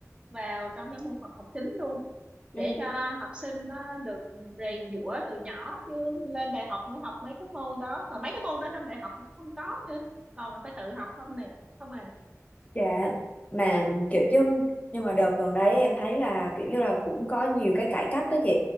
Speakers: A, on the right; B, on the left.
A: vào trong cái môn học học chính luôn
B: Ừ.
A: để cho học sinh nó được rèn giũa từ nhỏ chứ lên đại học mới học mấy cái môn đó mà mấy cái môn đó trong đại học cũng không có nữa còn là phải tự học không nè không à
B: dạ mà kiểu như, nhưng mà đợt gần đấy em thấy là kiểu như là cũng có nhiều cái cải cách đó chị